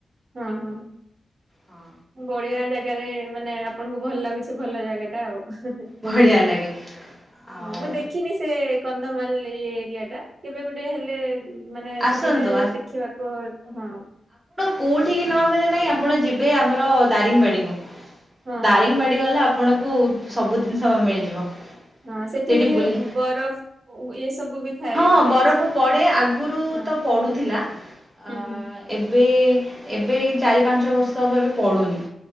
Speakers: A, on the right; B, in the centre.
A: ହଁ-ହଁ।
B: ହଁ।
A: ବଢିଆ ଜାଗାରେ, ମାନେ ଆପଣଙ୍କୁ ଭଲ ଲାଗୁଛି ଭଲ ଜାଗା ଟା ଆଉ। ହେ ହେ
B: ବଢ଼ିଆ ଲାଗେ ଆଉ
A: ହଁ ମୁଁ ଦେଖିନି ସେ କନ୍ଧମାଲ ଏରିଆ ଟା। କେବେ ଗୋଟେ ହେଲେ ମାନେ
B: ଆସନ୍ତୁ
A: ସୁବିଧା ହେଲେ ଦେଖିବାକୁ ହଁ
B: କୋଉଠିିକି ନ ଗଲେ ନାଇଁ, ଆପଣ ଯିବେ ଆମର ଦାରିଙ୍ଗବାଡି କୁ।
A: ହଁ
B: ଦାରିଙ୍ଗବାଡି
A: ହଁ
B: ଗଲେ ଆପଣଙ୍କୁ ସବୁ ଜିନିଷ ମିଳିଯିବ।
A: ହଁ ସେଠି
B: ସେଇଠି
A: ଇଏ
B: ବୁଲି
A: ବରଫ ଇ ସବୁ ଥାଏ
B: ହଁ
A: ଏମିତି
B: ବରଫ ପଡେ, ଆଗରୁ
A: ହଁ
B: ତ ପଡୁଥିଲା।
A: ହୁଁ
B: ଅ
A: ହୁଁ
B: ଏବେ, ଏବେ ଚାରି ପାଞ୍ଚ ବର୍ଷ ହେବ ଏବେ ପଡ଼ୁନି